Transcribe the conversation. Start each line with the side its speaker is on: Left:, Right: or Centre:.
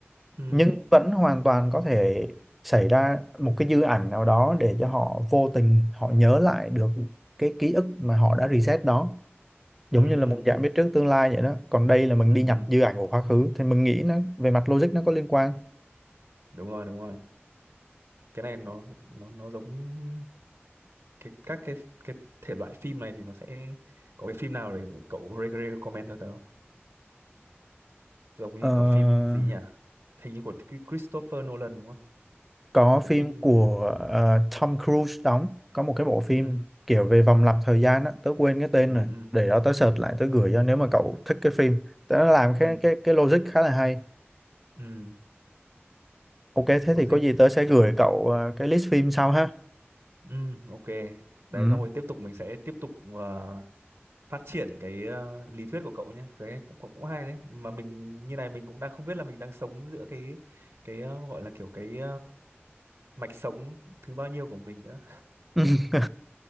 Right: ừ
Centre: nhưng vẫn hoàn toàn có thể xảy ra một cái dư ảnh nào đó để cho họ vô tình họ nhớ lại được cái ký ức mà họ đã reset đó
Right: ừ
Centre: giống như là
Right: ừ
Centre: một dạng biết trước tương lai vậy đó còn đây là mình
Right: ừ
Centre: đi nhập
Right: ừ
Centre: dư ảnh của quá khứ thì mình nghĩ nó về mặt logic nó có liên quan
Right: đúng rồi đúng rồi cái này nó nó nó giống cái các cái cái thể loại phim này thì nó sẽ có cái phim nào để cậu re- re- recommend cho tớ không giống
Centre: Ờ,
Right: như kiểu phim gì nhỉ hình như của Chris- Christopher Nolan đúng không
Centre: có
Right: một cái
Centre: phim
Right: phim
Centre: của ờ, Tom Cruise đóng có một cái bộ phim
Right: ừ
Centre: kiểu về vòng lặp thời gian á tớ quên cái tên
Right: ừ
Centre: rồi
Right: ừ
Centre: để đó tớ search lại tớ gửi cho nếu mà cậu thích cái phim tớ làm
Right: ừ
Centre: cái cái cái logic khá là hay
Right: ừ
Centre: Ok, thế
Right: logic
Centre: thì có gì tớ sẽ gửi cậu à, cái list phim sau ha.
Right: ừ ok đấy
Centre: Ừ.
Right: xong rồi tiếp tục mình sẽ tiếp tục ờ, phát triển cái ờ, lý thuyết của cậu nhé đấy cũng cũng cũng hay đấy mà mình như này mình cũng đang không biết là mình đang sống giữa cái cái ờ, gọi là kiểu cái mạch sống thứ bao nhiêu của mình nữa
Centre: <laughs>